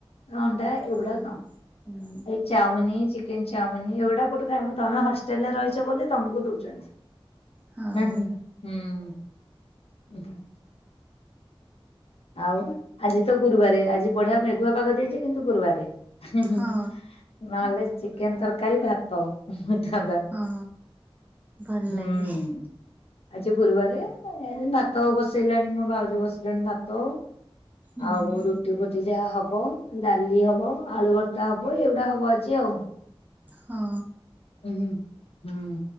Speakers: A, on the left; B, on the right.
A: ଏ ଅଣ୍ଡା ଏ
B: ହଁ।
A: ଗୁଡା ଖାଉନୁ।
B: ହୁଁ
A: ଏଇ ଚାଉମିନି ଚିକେନ ଚାଉମିନି ଏଗୁଡା କୋଉଠେ ଖାଇମୁ ତମେ ହଷ୍ଟେଲ ରେ ରହିଛ ବୋଲି। ତମକୁ ଦଉଛନ୍ତି
B: ହଁ
A: ହୁଁ ହୁଁ ହୁଁ। ଆଉ ଆଜି ତ ଗୁରୁବାରେ ଆଜି ବଢିଆ ମେଘୁଆ ପାଗ ଦେଇଛି କିନ୍ତୁ ଗୁରୁବାରେ। ହୁଁ ହୁଁ
B: ହଁ
A: ନହେଲେ ଚିକେନ ତରକାରୀ ଭାତ। ହୋଇଥାନ୍ତା
B: ହଁ ଭଲ
A: ହୁଁ।
B: ଲାଗେ।
A: ଆଜି ଗୁରୁବାରେ ଏ ଭାତ ବସେଇଲେଣି ମୋ ଭାଉଜ ବସେଇଲେଣି ଭାତ।
B: ହୁଁ
A: ଆଉ ରୁ ଟି ଫୁଟି ଯାହା ହବ ଡାଲି ହବ ଆଳୁ ଭର୍ତ୍ତା ହବ ଏଇଗୁଡ଼ା ହବ ଆଜି ଆଉ।
B: ହଁ।
A: ଉଁ ହୁଁ ହୁଁ।